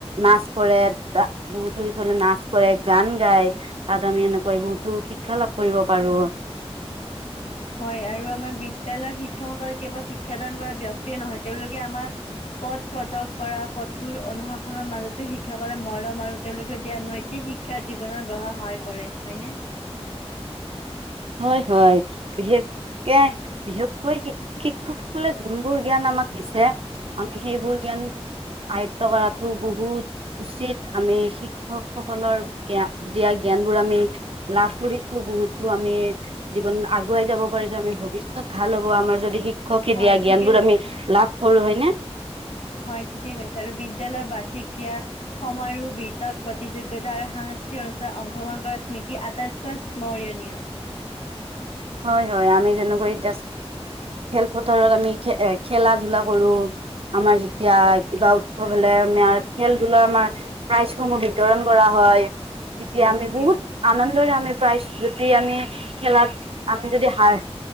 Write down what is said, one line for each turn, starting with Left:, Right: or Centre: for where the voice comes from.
Right: নাচ কৰে তা বহুতো সিকলে নাচ কৰে গান গায় তাত আমি এনেকুৱা বহুতো শিক্ষা লাভ কৰিব পাৰো
Left: হয় আৰু আমাৰ বিদ্যালয় শিক্ষকসকলে কেৱল শিক্ষাদান কৰা ব্যক্তিয়ে নহয়, তেওঁলোকে আমাৰ পথ প্ৰদক কৰা কঠোৰ অনুশাসনৰ মাজতো শিক্ষকসকলে মৰম আৰু তেওঁলোকে দিয়া নৈতিক শিক্ষা জীৱনত গঢ়া সহায় কৰে হয়নে
Right: হয় হয় বিশেষকে বিশেষকৈ শিক শিক্ষকসকলে যোনবোৰ জ্ঞান আমাক দিছে আমি সেইবোৰ জ্ঞান আয়ত্ব কৰাতো বহুত উচিত আমি শিক্ষক সকলৰ জ্ঞা দিয়া জ্ঞান বোৰ আমি লাভ কৰিছো বহুতো আ আমি জীৱনত আগুৱাই যাব পাৰিছো আমি ভৱিষ্যত ভাল হ'ব আমাৰ যদি শিক শিক্ষকে
Left: হয়
Right: দিয়া জ্ঞান
Left: ঠিকে
Right: বোৰ
Left: কৈছা
Right: আমি লাভ কৰো হয়নে
Left: হয় ঠিকে কৈছা আৰু বিদ্যালয়ৰ বাৰ্ষিক ক্ৰীয়া সমাৰোহ বিতক প্ৰতিযোগিতা আৰু সাংস্কৃতিক অনুষ্ঠান অংশগ্ৰহণ কৰাৰ স্মৃতি আটাইতকৈ স্মৰণীয়
Right: হয় হয় আমি যেনেকৈ এতিয়া খেলপথাৰত আমি খে এ খেলা ধূলা কৰো আমাৰ যেতিয়া
Left: হয়
Right: কিবা উৎসৱ বোলে আমাৰ খেল ধুলৰ আমাৰ প্ৰাইজ সমূহ বিতৰণ কৰা হয় তেতিয়া
Left: হয়
Right: আমি
Left: ঠিকে
Right: বহুত
Left: কৈছা।
Right: আনন্দ ৰে আমি প্ৰাইজ যদি আমি খেলাত আমি যদি হাৰ